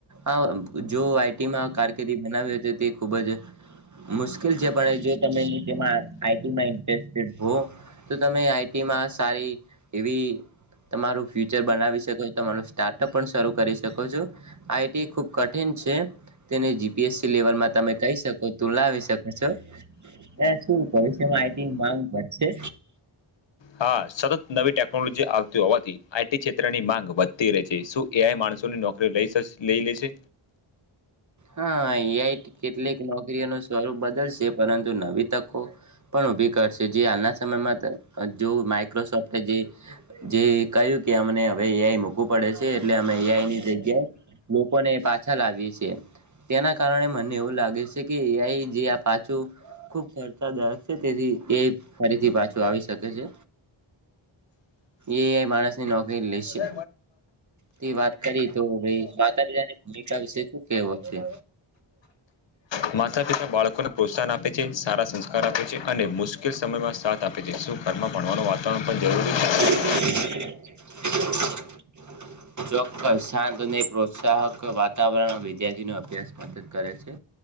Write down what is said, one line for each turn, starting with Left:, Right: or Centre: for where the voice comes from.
Right: અ જો આઈટી મા કારકિર્દી બનાવે ખુબ જ મુશ્કેલ છે પણ જો તમે તેમાં આઈટીમાં ઇન્ટરેસ્ટેડ હો તો તમે આઈટીમાં સારી એવી તમારું ફ્યુચર બનાવી શકો તમારૂ સ્ટાર્ટ શરૂ કરી શકો છો આઇટી ખુબ કઠિન છે તેને જીપીએસસી લેવલમાં તમે કહી શકો તું લાવ છો એ શું ભવિષ્યમાં આઈટી માંગ વધશે
Left: હા સતત નવી ટેકનોલોજી આવતી હોવાથી આઈ ટી ક્ષેત્રની માંગ વધતી રહી છે એ આઈ માણસોની નોકરી લઈ શકશે લય લેજે
Right: હા એઆઈ કેટલીક નોકરીઓનું સ્વરૂપ બદલશે પરંતુ નવી તકો પણ ઉભી કરશે જે હાલના સમયમાં જો માઈક્રોસોફ્ટ જે જે કહ્યું કે અમને હવે એઆઈ મૂકવું પડે છે એટલે અમે એઆઈ ની જગ્યાએ લોકોને પાછા લાવીએ છીએ તેના કારણે મને એવું લાગે છે કે એ જે આ પાછું ખૂબ ખર્ચાદાયક છે તેથી એ ફરીથી પાછું આવી શકે છે
Left: <unintelligible>
Right: એઆઈ માણસની નોકરી લેશે તે વાત કરી તો ભાઈ માતા પિતાની ભૂમિકા વિશે શું કેવો છે?
Left: માતા પિતા બાળકોને પ્રોત્સાહન આપે છે સારા સંસ્કાર આપે છે અને મુશ્કે મુશકેલ સમયમાં સાથ આપે છે શું ઘરમાં ભણવાનું વાતાવરણ પણ જરૂરી છે
Right: ચોક્કસ શાંત અને પ્રોત્સાહક વાતાવરણમાં વિદ્યાર્થી ને અભ્યાસ મદદ કરે છે